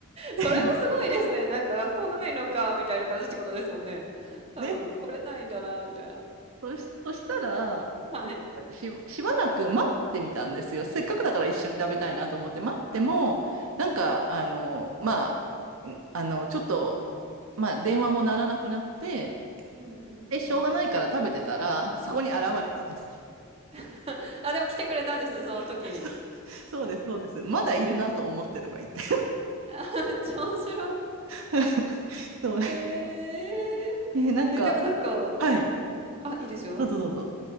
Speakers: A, on the right; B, on the right.
A: <laughs>
B: それもすごいですね。なんか学校ないのか、みたいな感じってことですもんね。多分、
A: で、
B: 来れないんだな、みたいな。
A: そし、そしたら、
B: はい。
A: なんかし、しばらく待ってみたんですよ。せっかくだから一緒に食べたいなと思って待っても、
B: うんうん。
A: なんか、
B: はい。
A: あの、まあ、んあの、ちょっと、まあ、電話も鳴らなくなって、
B: うんうんうん。
A: で、しょうがないから食べてたら、そこに現れたんですよ。
B: はい。<laughs> あ、でも来てくれたんですね、その時に。
A: <laughs> そうです、そうです。まだいるなと思ってとか言って。
B: <laughs> めっちゃ面白い。
A: <laughs> そう。
B: へえ。
A: え、なんか、
B: え、でもなんかうん。
A: はい。
B: あ、いいですよ。
A: どうぞどうぞ。